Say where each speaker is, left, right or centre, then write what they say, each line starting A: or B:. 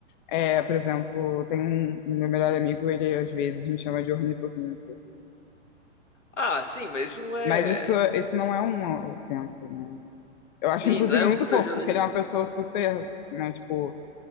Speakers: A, on the left (about 40°); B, on the left (about 75°).
A: É, por exemplo, tem um, um meu melhor amigo, ele às vezes me chama de ornitorrinco.
B: Ah, sim, mas isso não é.
A: Mas isso, isso não é uma ofensa, né? Eu acho,
B: Sim,
A: inclusive,
B: não é
A: muito
B: um pejorativo.
A: fofo, porque ele é uma pessoa super, né, tipo,